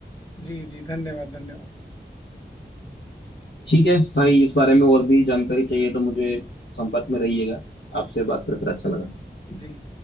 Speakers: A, on the left (about 20°); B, on the left (about 80°).
A: जी जी धन्यवाद धन्यवाद
B: ठीक है भाई इस बारे में और भी जानकारी चाहिए तो मुझे संपर्क में रहिएगा आपसे बात कर कर अच्छा लगा
A: जी